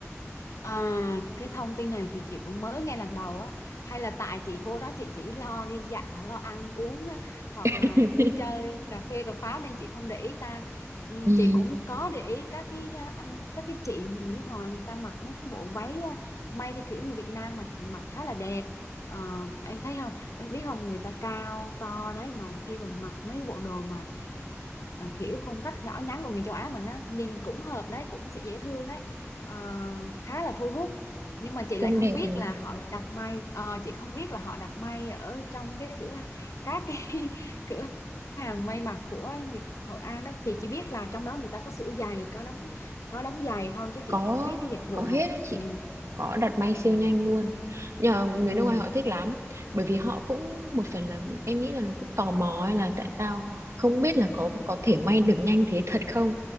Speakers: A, on the left (about 85°); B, on the right (about 65°).
A: À, cái thông tin này thì chị cũng mới nghe lần đầu á hay là tại chị vô đó chị chỉ lo đi dạo lo ăn uống á, hoặc
B: <laughs>
A: là vui chơi cà phê cà pháo nên chị không để ý ta Ừm,
B: ừ,
A: chị cũng có để ý các cái à, anh các cái chị người nước ngoài người ta mặc mấy cái bộ váy à, may theo kiểu người Việt Nam mình mặc khá là đẹp Ờ, em thấy không em biết không người ta cao to đấy mà khi mà mặc mấy cái bộ đồ mà à, kiểu phong cách nhỏ nhắn của người châu Á mình á nhìn cũng hợp đấy cũng sẽ dễ thương đấy ờ, khá là thu hút nhưng mà chị
B: trông
A: lại không
B: đẹp
A: biết
B: mà
A: là họ là đặt may Ờ, chị không biết là họ đặt may ở trong cái cửa các cái <laughs> cửa hàng may mặc của Hội An đó chị chỉ biết là trong đó người ta có sửa giày có đóng có đóng giày thôi chứ
B: có
A: chị không biết cái dịch vụ
B: có hết
A: mà
B: á chị
A: ừ
B: có đặt may siêu
A: ừ
B: nhanh luôn nhờ người
A: ừ
B: nước ngoài họ thích lắm bởi vì họ cũng một phần là em nghĩ là nó cũng tò mò ấy là tại sao không biết là có có thể may được nhanh thế thật không